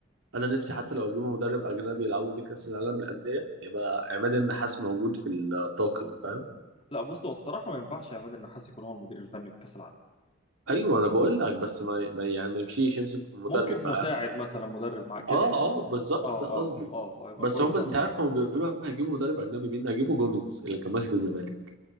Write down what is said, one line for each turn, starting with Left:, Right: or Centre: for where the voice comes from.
Right: انا نفسي حتى لو اجيبه مدرب اجنبي يلعبوا بيه كاس العالم للانديه يبقى عماد النحاس موجود في الطاقم فاهم
Left: لا بص هو الصراحة ما ينفعش عماد النحاس يكون هو المدير الفني في كأس العالم
Right: ايوه انا بقول لك بس ما, ما يعني ما يمشيش يمسك مدرب
Left: ممكن
Right: معاهم
Left: مساعد مثلا مدرب مع كده
Right: اه
Left: يعني
Right: اه بالظبط
Left: اه
Right: ده
Left: اه
Right: قصدي
Left: اه هيبقى
Right: بس
Left: كويس
Right: هم
Left: قوي
Right: انت عارف هم بيقولوا هيجيبوا مدرب اجنبي مين هيجيبوا جوميز اللي كان ماسك الزمالك